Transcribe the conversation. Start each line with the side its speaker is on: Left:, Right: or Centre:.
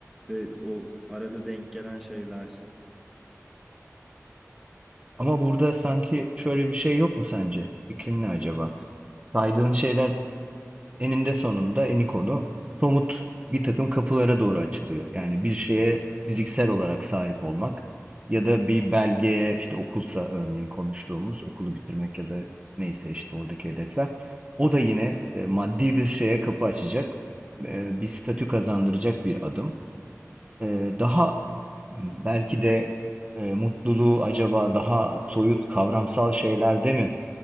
Centre: ve o arada denk gelen şeyler.
Right: Ama burada sanki şöyle bir şey yok mu sence? Fikrin ne acaba? Saydığın şeyler eninde sonunda eni Eniko'nu somut bir takım kapılara doğru açılıyor. Yani bir şeye fiziksel olarak sahip olmak ya da bir belgeye işte okulsa örneğin konuştuğumuz okulu bitirmek ya da neyse işte oradaki hedefler. O da yine
Centre: Hı
Right: e, maddi bir şeye kapı açacak, e, bir statü kazandıracak bir adım. E, daha m, belki de e, mutluluğu acaba daha soyut kavramsal şeylerde mi